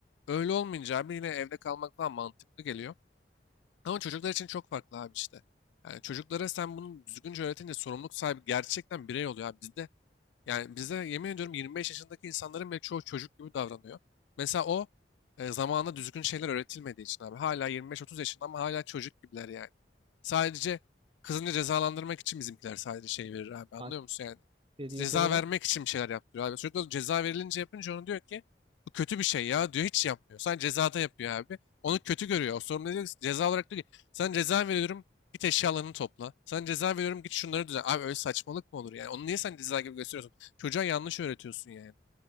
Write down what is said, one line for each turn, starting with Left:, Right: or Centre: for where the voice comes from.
Left: öyle olmayınca abi yine evde kalmak daha mantıklı geliyor. Ama çocuklar için çok farklı abi işte. Yani çocuklara sen bunu düzgünce öğretince sorumluluk sahibi gerçekten birey oluyor abi. Bizde yani bize yemin ediyorum 25 yaşındaki insanların bile çoğu çocuk gibi davranıyor. Mesela o e, zamanında düzgün şeyler öğretilmediği için abi. Hala 25-30 yaşında ama hala çocuk gibiler yani. Sadece kızını cezalandırmak için bizimkiler sadece şey verir abi
Right: Bak
Left: anlıyor musun yani?
Right: dediğin
Left: Ceza
Right: doğru.
Left: vermek için bir şeyler yaptırıyor abi. Çocuk da ceza verilince yapınca onu diyor ki bu kötü bir şey ya diyor hiç yapmıyor. Sadece cezada yapıyor abi. Onu kötü görüyor. O sorumlu diyor ki, ceza olarak diyor ki sana ceza veriyorum git eşyalarını topla. Sana ceza veriyorum git şunları düzen. Abi öyle saçmalık mı olur yani? Onu niye sen ceza gibi gösteriyorsun? Çocuğa yanlış öğretiyorsun yani.